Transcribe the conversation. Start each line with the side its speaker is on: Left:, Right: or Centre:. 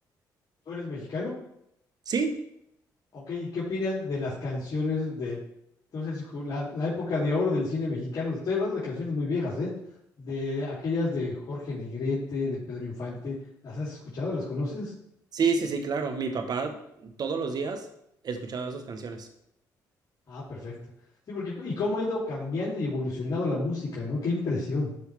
Left: ¿Tú eres mexicano?
Right: Sí,
Left: Ok, ¿y qué opinas de las canciones de, no sé si cu- la, la época de oro del cine mexicano? Estoy hablando de canciones muy viejas, ¿eh? De aquellas de Jorge Negrete, de Pedro Infante. ¿Las has escuchado? ¿Las conoces?
Right: Sí, sí, sí, claro. Mi papá todos los días escuchaba sus canciones.
Left: Ah, perfecto. Sí, porque, ¿y cómo ha ido cambiando y evolucionado la música, ¿no? Qué impresión.